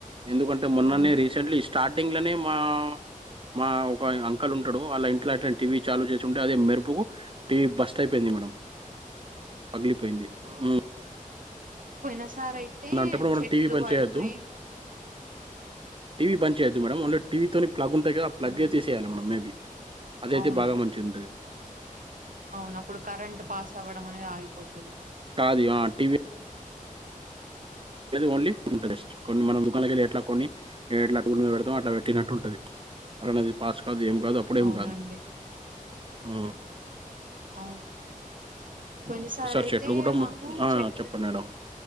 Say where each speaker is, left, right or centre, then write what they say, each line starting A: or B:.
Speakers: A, on the right; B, on the right.
A: ఎందుకంటే మొన్ననే
B: అవును
A: రీసెంట్లీ స్టార్టింగ్ లోనే మా మా అంకల్ ఉంటాడు అలా ఇంట్ అట్లా టీవీ చాలుూ చేసి ఉంటే అదే మెరుపుకు టీవీ బస్ట్ అయిపోయింది మేడం పగలిపోయింది మ్
B: పోయిన సార్ అయితే
A: అలాంటప్పుడు మనం
B: చెట్లు
A: టీవీ బంద్
B: పడిపోయి
A: చేయొద్దు టీవీ బంద్ చేయొద్దు మేడం ఓన్లీ టీవీతోని ప్లగ్ ఉంటది కదా ఆ ప్ల్ే
B: అవును
A: తీసేయాలి మేడం మేబీ అదైతే
B: అవును
A: బాగా మంచిగుంటది
B: అవును అప్పుడు కరెంట్ పాస్ అవ్వడం అనేది ఆగిపోతుంది
A: కాదు ఆ టీవీ ఓన్లీ ఉంటుంది కొన్ని మనం దుకాణకేళ్ళి ఎట్లా కొన్ని ఎట్లా పెడుతామొ అట్లా పెట్టినట్టు ఉంటది రేన్ అనేది పాస్ కాదు ఏం కాదు అప్పుడేం
B: అవునండి
A: కాదు అ
B: అవును కొన్నిసారి
A: సార్
B: అయితే
A: చెట్లు కూడా
B: మాకు
A: మ ఆ
B: చెట్లు
A: చెప్పండి మేడం